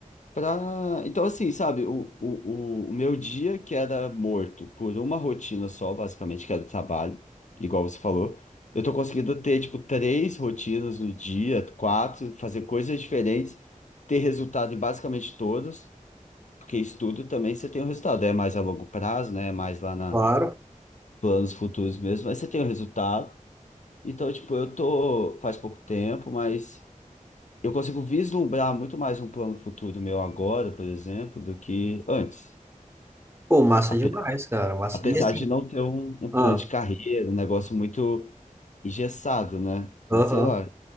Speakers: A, on the left (about 60°); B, on the right (about 20°).
A: Pra... Então, assim, sabe, o, o, o o meu dia que era morto por uma rotina só, basicamente, que era o trabalho, igual você falou, eu tô conseguindo ter, tipo, três rotinas no dia, quatro, fazer coisas diferentes, ter resultado em basicamente todas, porque estudo também você tem um resultado, é mais a longo prazo, né, é mais lá na
B: Claro.
A: planos futuros mesmo, mas você tem o resultado. Então, tipo, eu tô faz pouco tempo, mas eu consigo vislumbrar muito mais um plano futuro meu agora, por exemplo, do que antes.
B: Pô, massa
A: Ape-
B: demais, cara. Massa.
A: Apesar
B: E assim,
A: de não ter um, um
B: ah,
A: plano de carreira, um negócio muito engessado, né? Mas
B: aham.
A: sei lá,